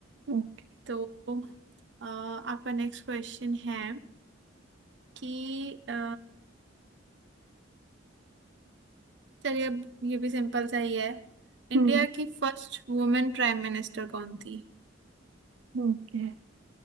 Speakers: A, on the right; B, on the right.
A: ओके
B: तो अ, आपका नेक्स्ट क्वेश्चन है कि अ, चलिए अब ये भी सिंपल सा ही है इंडिया
A: Hmm
B: की फर्स्ट वुमेन प्राइम मिनिस्टर कौन थी
A: okay